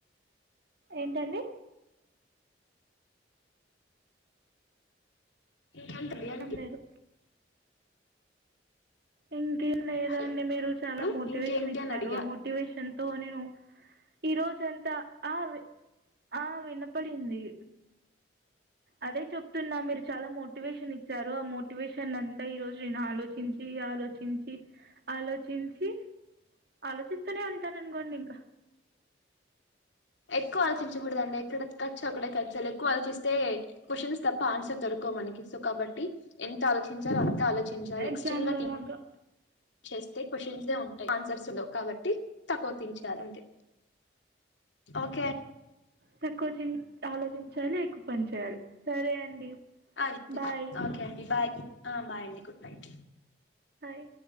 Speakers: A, on the right; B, on the left.
A: ఏంటండి
B: ఇంకేంటండి అంటి
A: ఏం లేదు ఇంకేం లేదండి
B: హలో
A: మీరు చాలా మోటివేషన్
B: ఇంకేంటి
A: ఇచ్చారు,
B: అని అడిగా
A: ఆ మోటివేషన్ తో నేను ఈ రోజంతా ఆ వి ఆ వినపడింది అదే చెప్తున్నా మీరు చాలా మోటివేషన్ ఇచ్చారు ఆ మోటివేషన్ అన్ ఈ రోజు నేను ఆలోచించి ఆలోచించి ఆలోచించి ఆలోచిస్తూనే ఉంటాననుకోండి ఇంకా
B: ఎక్కువ ఆలోచించకూడదండి ఎక్కడ ఖచు అ కచ్చలే క్కువ ఆలోచిస్తే క్వశ్చన్స్ తప్ప ఆన్సర్ దొరకోవు మనకి సో కాబట్టి ఎంత ఆలోచించలో అంతే ఆలో
A: ఎగ్జామ్
B: ఎక్స్ట్రీమ్గా
A: లో
B: తీ
A: లాగా
B: చేస్తే క్వశ్చన్సె ఉంటాయి ఆన్సర్స్ ఉండవ్ కాబట్టి తక్కువ తీంచలి అంతే. అగ్
A: తక్కువ చిన్ ఆలోచించాలి ఎక్కువ పని చేయాలి సరే అండి.
B: అ ఓకే
A: బాయ్
B: ఓకే అండి బాయ్ గు ఆ బాయ్ అండి గుడ్ నైట్.
A: హాయ్